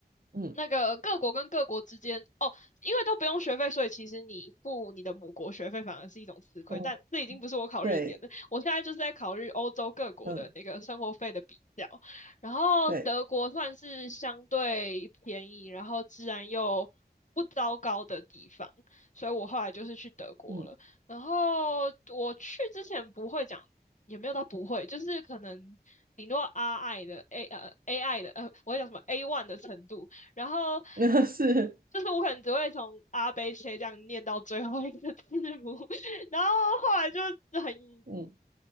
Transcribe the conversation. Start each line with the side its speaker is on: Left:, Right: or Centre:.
Right: 嗯。
Left: 那个各国跟各国之间，哦，因为都不用学费，所以其实你付你的母国学费反而是一种吃亏。
Right: 哦，
Left: 但这已经不是我考虑的点了，
Right: 对，
Left: 我现在就是在考虑欧洲各国的那个生活费的比较。
Right: 嗯，
Left: 然后德国算是相对便宜，
Right: 对，
Left: 然后治安又不糟糕的地方，所以我后来就是去德国了。
Right: 嗯，
Left: 然后我去之前不会讲，也没有到不会，就是可能顶多 R I 的 A 呃 A I 的呃，我会讲什么 A one 的程度，然后
Right: <laughs> 那是，
Left: 就是我可能只会从阿贝切这样念到最后一个字母，<laughs> 然后后来就很
Right: 嗯，